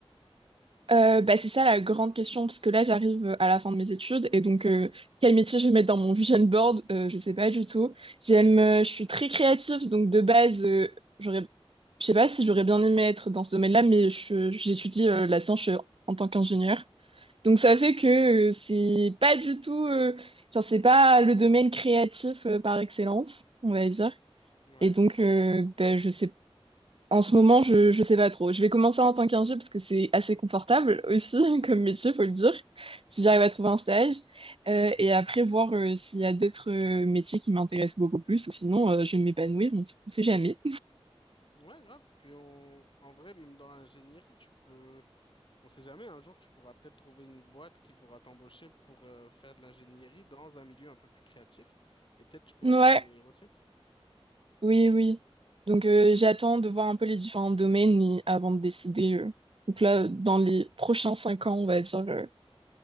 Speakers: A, on the right; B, on the left.
A: Euh, bah, c'est ça la grande question, parce que là j'arrive euh, à la fin de mes études et donc euh, quel métier je vais mettre dans mon vision board, euh, je sais pas du tout. J'aime, euh, je suis très créative, donc de base, euh, j'aurais, je sais pas si j'aurais bien aimé être dans ce domaine-là, mais je- j'étudie euh, la science euh, en tant qu'ingénieur. Donc ça fait que euh, c'est pas du tout, euh, genre c'est pas le domaine créatif euh, par excellence, on va dire.
B: Ouais,
A: Et donc euh, bah, je sais en ce moment, je, je sais pas trop. Je vais commencer en tant qu'ingé parce que c'est assez confortable aussi <laughs> comme métier, faut le dire,
B: c'est
A: si
B: clair.
A: j'arrive à trouver un stage. Euh, et après, voir euh, s'il y a d'autres euh, métiers qui m'intéressent beaucoup plus ou sinon euh, je vais m'épanouir, on, s- on sait jamais.
B: Ouais, grave. Puis on, en vrai, même dans l'ingénierie, tu peux. On sait jamais, un jour, tu pourras peut-être trouver une boîte qui pourra t'embaucher pour euh, faire de l'ingénierie dans un milieu un peu plus créatif et peut-être tu pourras
A: Ouais,
B: t'épanouir aussi.
A: oui, oui. Donc euh, j'attends de voir un peu les différents domaines et- avant de décider. euh. Donc là, dans les prochains cinq ans, on va dire, euh,